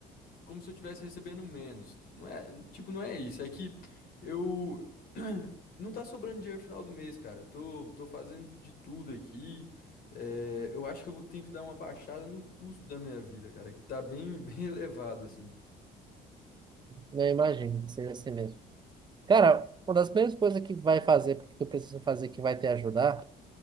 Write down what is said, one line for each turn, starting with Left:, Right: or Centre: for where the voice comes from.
Left: como se eu tivesse recebendo menos. Não é, tipo, não é isso, é que eu <clears throat> não tá sobrando dinheiro no final do mês, cara. Eu Tô tô fazendo de tudo aqui. É, eu acho que eu vou- tenho que dar uma baixada no custo da minha vida, cara, que tá bem <laughs> bem elevado assim.
Right: Não imagino que seja assim mesmo. Cara, uma das primeiras coisas que vai fazer, que tu precisa fazer que vai te ajudar,